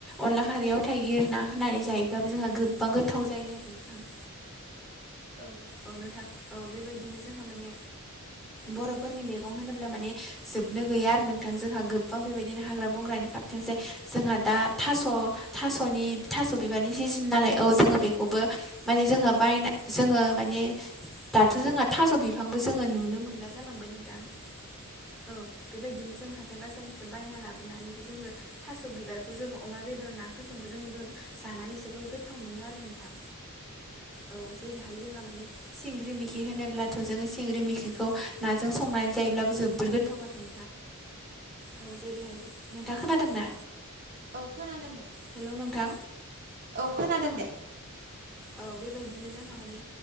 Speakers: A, in the centre; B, on the right.
A: अनला खारैयाव थाइगिर ना होनानै जायोब्लाबो जोंहा गोबां गोथ गोथाव जायो आरो नोंथां।
B: औ
A: औ नोंथां औ बेबायदिनो जोंहा माने बर'फोरनि मेगं होनोब्ला माने जोबनो गैया आरो नोंथां जोंहा गोबां बेबायदिनो हाग्रा बंग्रानि खारथोंजै जोंहा दा थास' थास'नि थास' बिबारनि सिजोन नालाय औ जोङो बेखौबो माने जोङो बायना जोङो माने दाथ' जोंहा थास' बिफांबो जोङो नुनो मोनला जालांबाय नोंथां। औ बेबायदिनो जों हाथाय बाजारनिफ्राय बायना लाबोनानैबो जोङो थास' बिबारखौ जोङो अमा बेदर नाफोरजोंबो जों गो जानानै जबोर गोथाव मोनो आरो नोंथां औ जेरैहाय जोंहा माने सिंग्रि मैखि होनोब्लाथ' जोङो सिंग्रि मैखिखौ नाजों संनानै जायोब्लाबो जोबोर गोथाव आरो औ जेरैहाय नोंथाङ खोनादों ना
B: औ खोनादों दे
A: हेल' नोंथां
B: औ खोनादों दे
A: औ बेबायदिनो जोंहा माने